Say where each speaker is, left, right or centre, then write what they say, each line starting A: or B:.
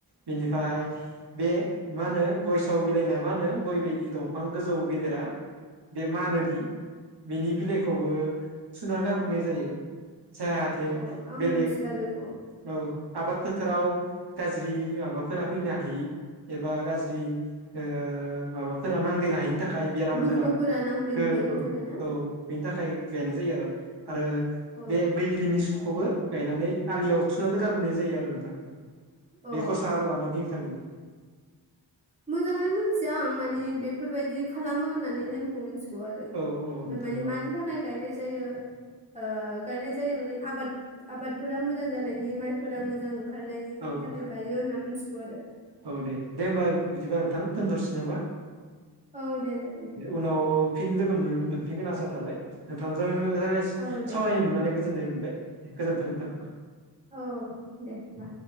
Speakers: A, on the right (about 65°); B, on the right (about 15°).
A: बेनिफ्राय बे मा होनो गयसाव बिलाइना मा होनो गय बायदि दंफां गोजौ गेदेरा बे मानोदि बेनि बिलाइखौबो थुना गारबोनाय जायो जाहाथे
B: औ अ आं
A: बेलेग
B: मिथिला बेखौ
A: औ आबाद फोथाराव गाज्रि माबाफोरा फैनो हायि एबा गाज्रि ओ माबाफोरा नांदेरनो हायिनि थाखाय बेरामफोरा
B: गोहोफोरा नांफैनो
A: हो
B: हायिनि
A: औ
B: थाखायनो
A: औ बेनि थाखाय गायनाय जायो आरो आरो
B: अ
A: बे बैग्रिनि सु खौबो गायनानै आलियाव थुना गारबोनाय जायो आरो नोंथां
B: अ
A: बे गसा लानाय दिनखालिनि
B: मोजाङै मोनथिया आं मानि बे बेफोरबायदि खालामो होननानै नेमखौ मिनथि गौ आरो
A: औ औ
B: ओमफ्राय
A: नोंथां
B: माने मानि
A: औ
B: थाखाय गायनाय जायो ओ गायनाय जायो माने आबाद आबादफोरा मोजां जानायनि माइफोरा मोजां ओंखारनायनि बिनि
A: औ नोंथां
B: थाखाय गायो होनना मिथिगौ आरो
A: औ दे दे होमबा बिदिबा नोंथां दोनथ'नोसै नामा
B: औ दे जागोन दे
A: उनाव फिन लोगो मो- मोन गोन आसा थाबाय नोंथांजों रायलाय
B: औ दे
A: सावरायनो
B: जागोन
A: मोननानै गोजोननाय मोनबाय। गोजोनथों नोंथां
B: औ दे होमबा